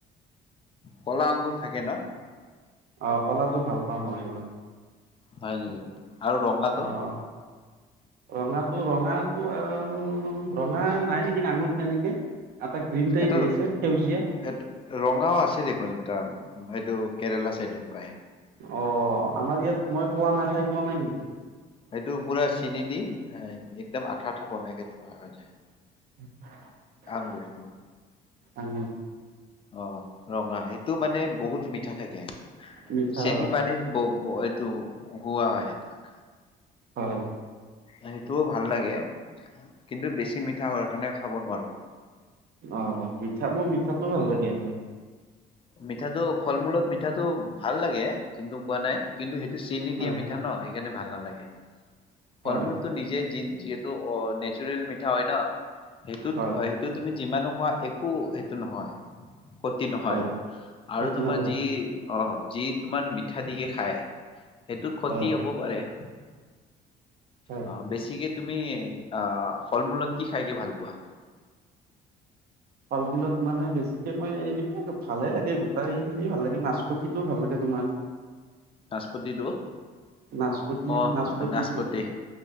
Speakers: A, on the left; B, on the right.
A: কলা আংগুৰ থাকে ন?
B: অ পলাটো ভাল পাওঁ মই অ
A: হয় ন আৰু ৰঙাটো
B: অ' ৰঙাটো ৰঙাটো আহ ৰঙা নাই নেকি নাঙুৰ তেনেকে এটা গ্ৰীণ টাইপ
A: এটা
B: আছে সেউজীয়া
A: এ ৰঙাও আছে দেখোন এটা এইটো কেৰেলা চাইডত পায়
B: অ আমাৰ ইয়াত মই পোৱা নাই খাই পোৱা নাই কিন্তু
A: সেইটো পুৰা চিন দি এ একদম আঠা আঠা বনাইকে থোৱা হয় যায়
B: <inaudible>
A: আঙুৰটো
B: আহ
A: অ ৰঙা সেইটো মানে বহুত ম পিঠা থাকে
B: মিঠা
A: চেনি পানীত ব এইটো উৱা হয় তাক
B: হয়
A: সেইটোও ভাল লাগে কিন্তু বেছি মিঠা হোৱাৰ কাৰণে খাব নোৱাৰো
B: অ মিঠা মই মিঠাটো ভাল লাগে আৰ
A: মিঠাটো ফল মূলত মিঠাটো ভাল লাগে কিন্তু কোৱা নাই কিন্তু সেইটো চেনি
B: হয়
A: দিয়া মিঠা ন সেইকাৰণে ভাল নালাগে ফল
B: হয়
A: মূলটো নিজে যি যিহেতু নেচাৰেল মিঠা হয় ন সেইটোত
B: হয়
A: সেইটো তুমি যিমানো খোৱা একো টো নহয় সতি নহয়
B: হয়
A: আৰু
B: ক্ষতি
A: তোমাৰ
B: নকৰে
A: যি অ যি তোমাৰ মিঠা দিকে খায় সেইটোত ক্ষতি
B: হয়
A: হব পাৰে উ
B: হয়
A: অ বেছিকে তুমি আহ ফল মূলত কি খাই কে ভাল পোৱা
B: ফলবুলত মানে বেছিকে মই এই বিখে ভালে লাগে গোটেই খিনি ভাল লাগে নাচপতিটোও ভাল লাগে তোমাৰ।
A: নাচপতিটো।
B: নাচপতি
A: অহ নাচপতি।
B: যি